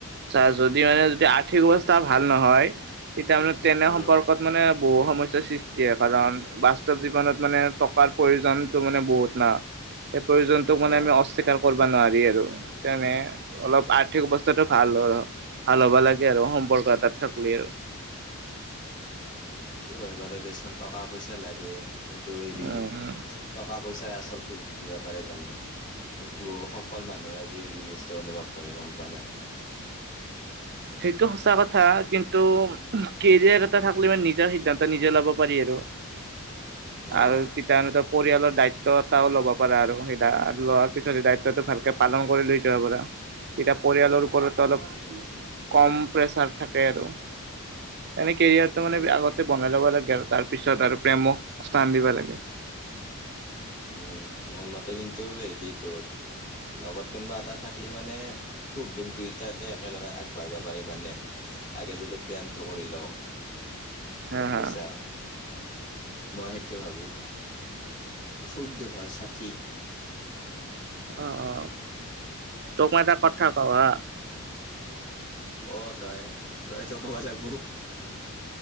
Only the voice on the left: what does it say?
উম
আহ
আচ্ছা
সেইটো হয় বাৰু দেচোন, টকা পইচা লাগে, কিন্তু হেৰি
টকা পইচ চায় আচল সুখ দিব পাৰে জানো। কিন্ত বহু সফল মানুহে আজি এইবোৰ বস্তু অনুভৱ কৰে গম পোৱা নে।
আহ
উম
উম উম।
মোৰ
লগত
উম, মোৰ মতে কিন্তু হেৰি তোৰ। লগত কোনোবা এটা থাকিলি মানে সুখ দুখ দুইটাতে একেলগে আগবাঢ়িব পাৰি মানে। আগে যদি প্লেন কৰি লও।
গম
পাইছা, মই সেইটোৱে ভাবো। সুখ দুখৰ সাথী।
ক তই, তইটো ক'ব লাগবো।